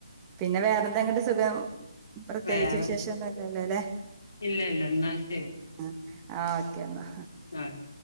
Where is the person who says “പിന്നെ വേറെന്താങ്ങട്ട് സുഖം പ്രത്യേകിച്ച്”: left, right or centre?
Right